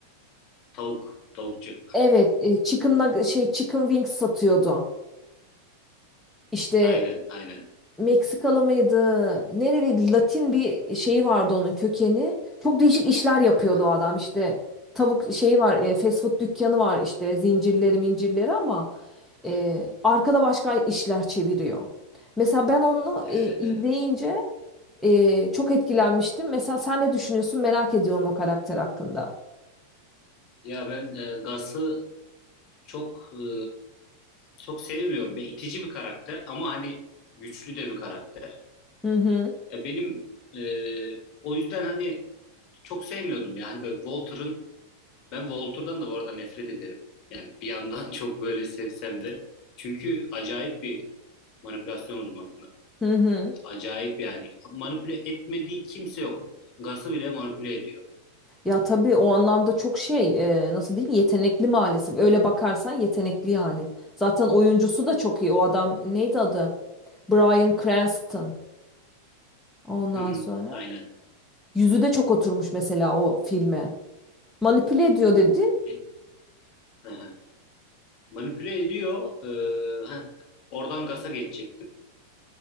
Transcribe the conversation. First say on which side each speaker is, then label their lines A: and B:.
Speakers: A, on the left (about 35°); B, in the centre.
A: <laughs> Tavuk, tavukçu.
B: Evet, e, chicken nug- şey chicken wings satıyordu. İşte
A: Aynen, aynen.
B: Meksikalı mıydı? Nereliydi? Latin bir şeyi vardı onun kökeni. Çok değişik işler yapıyordu
A: <laughs>
B: o adam işte. Tavuk şeyi var, e, fast food dükkanı var işte zincirleri mincirleri ama e, arkada başka işler çeviriyor. Mesela ben onu
A: Evet,
B: e, izleyince
A: evet.
B: e, çok etkilenmiştim. Mesela sen ne düşünüyorsun? Merak ediyorum o karakter hakkında.
A: Ya ben e, Gas'ı çok e, çok sevmiyorum. Ve itici bir karakter ama hani güçlü de bir karakter.
B: Hı hı.
A: Ya benim e, o yüzden hani çok sevmiyordum yani böyle Walter'ın ben Walter'dan da bu arada nefret ederim. Yani bir yandan <laughs> çok böyle sevsem de çünkü acayip bir manipülasyon uzmanı.
B: Hı hı.
A: Acayip yani manipüle etmediği kimse yok. Gas'ı bile manipüle ediyor.
B: Ya tabii o anlamda çok şey e, nasıl diyeyim yetenekli maalesef. Öyle bakarsan yetenekli yani. Zaten oyuncusu da çok iyi. O adam neydi adı? Bryan Cranston. Ondan
A: Hı hı,
B: sonra
A: aynen.
B: yüzü de çok oturmuş mesela o filme. Manipüle ediyor dedin.
A: E, hı hı. Manipüle ediyor. Ee, heh, oradan Gas'a geçecektim.